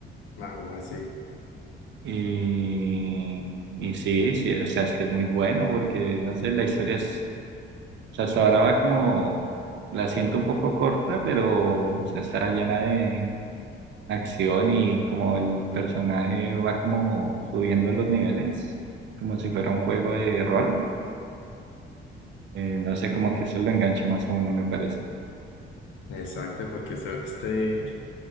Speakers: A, on the left; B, on the right.
A: Manhwa, sí.
B: Y, y sí, sí, o sea, es que es muy bueno porque, no sé, la historia es, o sea, hasta ahora va como, la siento un poco corta, pero o sea, está llena de acción y como el personaje va como subiendo los niveles, como si fuera un juego de rol. Eh, no sé, como que eso lo engancha más a uno, me parece.
A: Exacto, porque eso, este,